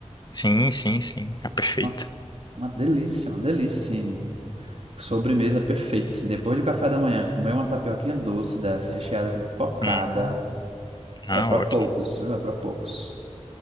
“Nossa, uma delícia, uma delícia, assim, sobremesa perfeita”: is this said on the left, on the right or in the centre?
Right